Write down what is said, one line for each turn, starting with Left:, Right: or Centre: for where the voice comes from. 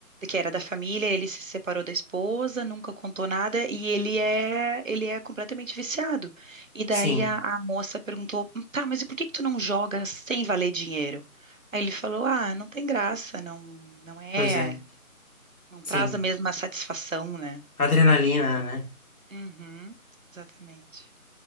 Right: que era da família, ele se separou da esposa, nunca contou nada, e ele é, ele é completamente viciado. E daí
Left: Sim,
Right: a, a moça perguntou: tá, mas e por que que tu não joga sem valer dinheiro? Aí ele falou: ah, não tem graça, não, não é,
Left: pois é.
Right: não
Left: Sim.
Right: traz a mesma satisfação, né?
Left: Adrenalina, né?
Right: Uhum, exatamente.